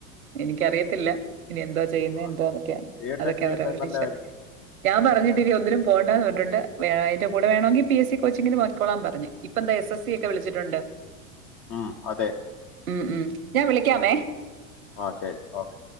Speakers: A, on the right; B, on the left.
A: എനിക്കറിയത്തില്ല ഇനി എന്താ- ചെയ്യുന്നെ
B: ആ
A: എന്താന്നൊക്കെ
B: ചെയ്യട്ടെ
A: അതൊക്കെ
B: ചെയ്യട്ടെ
A: അവരവരുടെ
B: നല്ല
A: ഇഷ്ടം.
B: കാര്യം
A: ഞാം പറഞ്ഞ്ട്ട്നി
B: നല്ല കാര്യം
A: ഒന്നിനും പോവണ്ടാന്ന് പറഞ്ഞ്ട്ടുണ്ട്. വേ അതിന്റെ കൂടെ വേണോങ്കി പി എസ് സി കോച്ചിങ്ങിന് പൊയ്ക്കോളാൻ പറഞ്ഞ്. ഇപ്പൻന്തോ എസ് എസ് ക്കെ
B: ഉം.
A: വിളിച്ച്ട്ടൊണ്ട്.
B: ഉം, അതെ
A: ഇമ് ഇമ് ഞാൻ വിളിക്കാമെ.
B: ആഹ് ശരി ഓകെ.